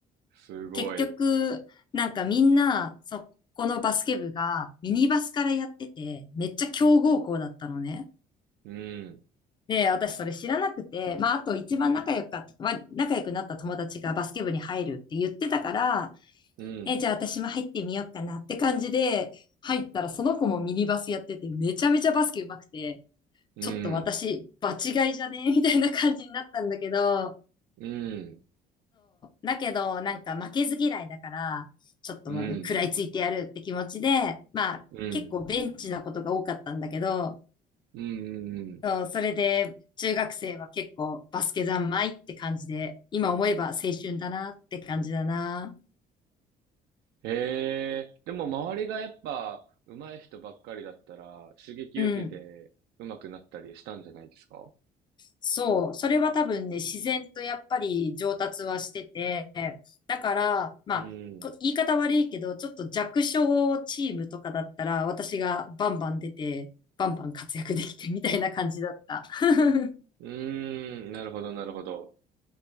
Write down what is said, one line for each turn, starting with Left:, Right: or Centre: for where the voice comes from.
Right: すごい。
Left: 結局、なんかみんな、そこのバスケ部がミニバスからやってて、めっちゃ強豪校だったのね。
Right: うん、
Left: で、私それ知らなくて、まあ、あと一番仲良か、まあ、仲良くなった友達がバスケ部に入るって言ってたから、
Right: うん、
Left: え、じゃあ私も入ってみようかなって感じで、入ったらその子もミニバスやってて、めちゃめちゃバスケ上手くて、
Right: うん、
Left: ちょっと私、場違いじゃねみたいな感じになったんだけど、
Right: うん、
Left: だけど、なんか負けず嫌いだから、ちょっともう食らいついてやるって気持ちで、
Right: うん、
Left: まあ結構ベンチなことが多かったんだけど、
Right: うん、うん、うん、うん、
Left: そうそれで中学生は結構バスケ三昧って感じで、今思えば青春だなって感じだな。
Right: へえでも周りがやっぱ上手い人ばっかりだったら刺激受けて上手くなったりしたんじゃないですか
Left: うん。そう、それは多分ね、自然とやっぱり上達はしてて、だから、まあ、
Right: うん。
Left: こ言い方悪いけど、ちょっと弱小チームとかだったら、私がバンバン出て、バンバン活躍できてみたいな感じだった。<laughs>
Right: うーん、なるほど、なるほど。